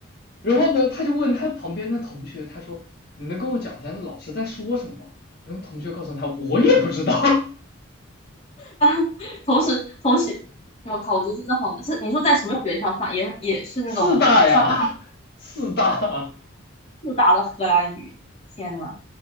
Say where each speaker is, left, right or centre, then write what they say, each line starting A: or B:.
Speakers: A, on the left; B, on the left.
A: 然后呢，他就问他旁边的同学，他说：“你能跟我讲一下那老师在说什么吗？”然后同学告诉他：“我也不知道，
B: <laughs> 同时同时，我靠，我觉得真的好难。是你说在什么学校上？也也是那种上大
A: <laughs> 四大呀，四大。”
B: 四大的荷兰语？天呐，